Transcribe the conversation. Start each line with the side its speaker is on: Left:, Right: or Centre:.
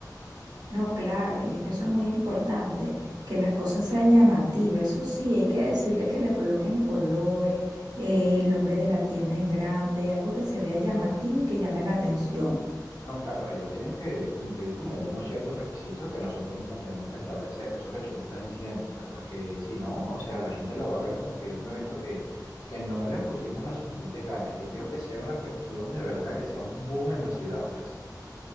Right: No, claro, y es que eso es muy importante, que las cosas sean llamativas, eso sí, hay que decirle que le coloquen colores, eh, el nombre de la tienda en grande, algo que se vea llamativo y que llame la atención.
Left: No, claro, ellos tienen que cumplir como unos ciertos requisitos que nosotros mismos tenemos que establecer. Eso que tú me estás diciendo, pues porque si no, o sea, la gente lo va a ver como que un evento que, que no le pusimos las suficientes ganas y yo quiero que sea una cuestión de verdad, que sea un boom en la ciudad, pues.